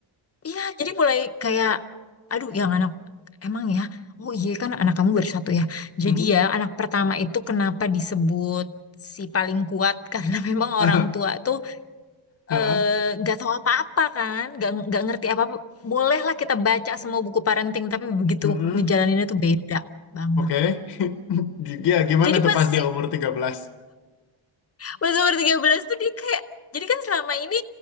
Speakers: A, on the left; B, on the left.
A: Iya, jadi mulai kayak, aduh, yang anak emang ya. Oh iya kan
B: Mm.
A: anak kamu baru satu ya. Jadi
B: Mm-mm.
A: ya anak pertama itu kenapa disebut si paling kuat <laughs> karena memang
B: <laughs>
A: orang tua tuh
B: Heeh.
A: eh, nggak tahu apa-apa kan, nggak nggak ngerti apa-apa. Bolehlah kita baca semua buku parenting, tapi begitu
B: Mm-mm.
A: ngejalaninnya tuh beda banget.
B: Oke. <laughs> G- Ya, gimana
A: Jadi
B: tuh
A: pasti
B: pas dia umur 13?
A: pas umur 13 tuh dia kayak jadi kan selama ini